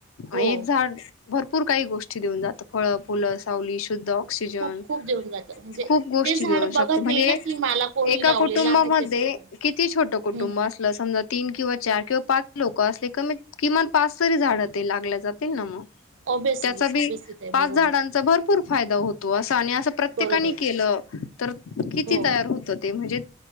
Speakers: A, on the right; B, on the left.
A: हो
B: एक झाड भरपूर काही गोष्टी देऊन जातात फळ फुलं
A: हो.
B: सावली शुद्ध ऑक्सिजन
A: खूप खूप देऊन जातं म्हणजे
B: खूप गोष्टी
A: ते झाड
B: घेऊन
A: बघत
B: शकत म्हणजे
A: नाही ना की मला कोणी
B: एका
A: लावलेलं
B: कुटुंबामध्ये
A: आहे ते बघत नाही
B: किती छोट कुटुंब
A: हम्म
B: असलं समजा तीन किंवा चार किंवा पाच लोक असले कमी किमान पाच तरी झाडं ते लागल्या जातील ना मग
A: ऑब्विसली
B: त्याचा बी
A: ऑब्विसली ताई
B: पाच
A: बरोबर
B: झाडांचा भरपूर फायदा होतो असं आणि असं प्रत्येकानी
A: बरोबर
B: केलं तर किती
A: हो
B: तयार होत ते म्हणजे